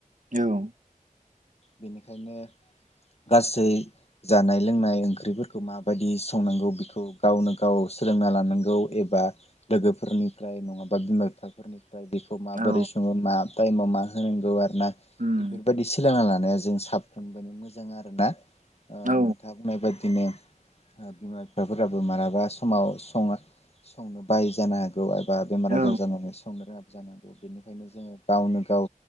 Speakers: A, on the right; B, on the left.
A: औ
B: बेनिखायनो गासै जानाय लोंनाय ओंख्रिफोरखौ माबायदि संनांगौ बेखौ गावनो गाव सोलोंना लानांगौ ए बा लोगोफोरनि फ्राय नङाबा बिमा बिफाफोरनि बेखौ माबोरै
A: औ
B: सङो मा टाइमाव मा होनांगौ आरो
A: उम
B: बेफोरबायदि सोलोंना ला ओ जों साफ्रोमबोनि मोजां आरोना ओ
A: औ
B: नोंथाङा बुंनाय बायदि बिदिनो बिमा बिफाफोराबो मालाबा समाव सङो संनो बायो जाना गौ एबा बेमार
A: औ
B: आजार जानानै संनो रोङाब जानांगौ बेनिखायनो जोङो गावनो गाव